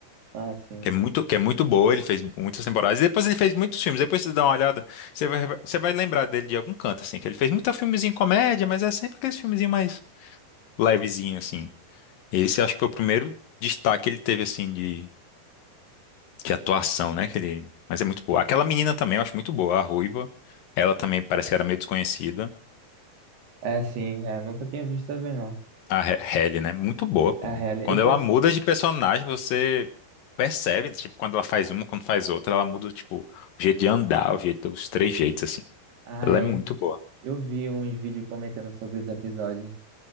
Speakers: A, on the right; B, on the left.
A: Ah, sim.
B: Que é muito, que é muito boa, ele fez muitas temporadas. E depois ele fez muitos filmes. Depois você dá uma olhada, você vai, você vai lembrar dele de algum canto, assim. Que ele fez muita filmezinho comédia, mas é sempre aqueles filmezinho mais levezinho, assim. Esse acho que foi o primeiro destaque que ele teve, assim, de, de atuação, né? Que ele, mas é muito boa. Aquela menina também eu acho muito boa, a Ruiva. Ela também parece que era meio desconhecida.
A: É, sim, é, nunca tinha visto também não.
B: A He- Halle, né? Muito boa, pô.
A: É, A real, eu
B: Quando
A: só.
B: ela muda de personagem, você percebe, tipo, quando ela faz uma, quando faz outra, ela muda, tipo, o jeito de andar, o jeito, os três jeitos, assim.
A: Ah,
B: Ela
A: é,
B: é muito boa.
A: eu vi uns vídeos comentando sobre os episódios.